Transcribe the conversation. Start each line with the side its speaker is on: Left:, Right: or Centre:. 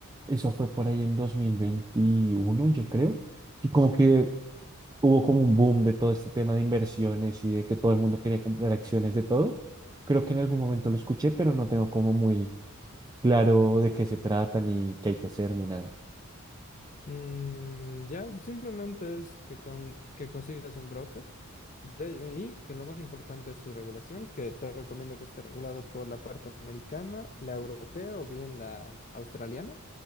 Right: eso fue por ahí en 2021 yo creo, y como que hubo como un boom de todo este tema de inversiones y de que todo el mundo quería comprar acciones de todo. Creo que en algún momento lo escuché, pero no tengo como muy claro de qué se trata, ni qué hay que hacer, ni nada.
Left: Mm, ya, simplemente es que, con, que consigas un broker de- y que lo más importante es su regulación, que te recomiendo que esté regulado por la parte americana, la europea o bien la australiana.